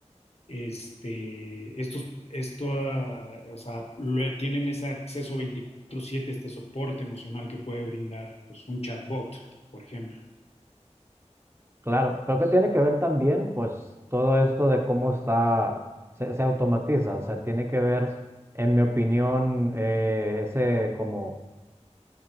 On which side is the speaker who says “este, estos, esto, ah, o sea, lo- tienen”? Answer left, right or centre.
Left